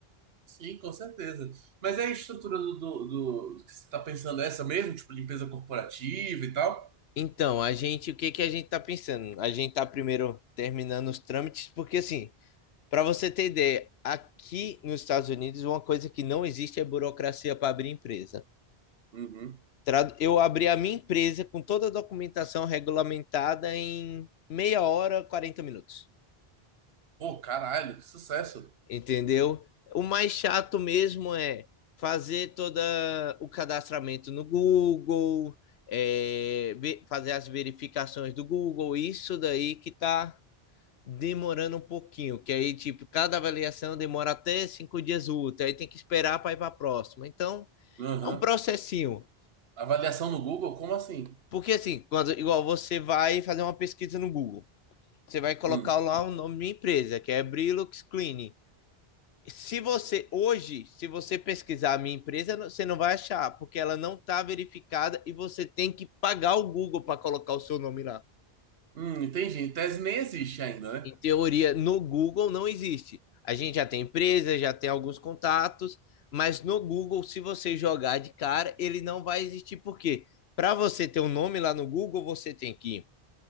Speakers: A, on the right; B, on the left.
A: Sim, com certeza. Mas é a estrutura do, do, do- que você tá pensando é essa mesmo? Tipo, limpeza corporativa e tal?
B: Então, a gente, o que que a gente tá pensando? A gente tá primeiro terminando os trâmites, porque assim, para você ter ideia, aqui nos Estados Unidos, uma coisa que não existe é burocracia para abrir empresa.
A: Uhum.
B: Tradu- Eu abri a minha empresa com toda a documentação regulamentada em meia hora, quarenta minutos.
A: Pô, caralho, que sucesso.
B: Entendeu? O mais chato mesmo é fazer todo o cadastramento no Google, é, ve- fazer as verificações do Google, isso daí que tá demorando um pouquinho, que aí, tipo, cada avaliação demora até cinco dias úteis, aí tem que esperar para ir para a próxima. Então,
A: Uhum.
B: é um processinho.
A: Avaliação no Google? Como assim?
B: Porque, assim, quando, igual você vai fazer uma pesquisa no Google, você vai colocar
A: Hum.
B: lá o nome da minha empresa, que é Brilux Cleaning. Se você, hoje, se você pesquisar a minha empresa, você não vai achar, porque ela não está verificada e você tem que pagar o Google para colocar o seu nome lá.
A: Hum, entendi. Em tese nem existe ainda, né?
B: em teoria, no Google não existe. A gente já tem empresa, já tem alguns contatos, mas no Google, se você jogar de cara, ele não vai existir, porque para você ter um nome lá no Google, você tem que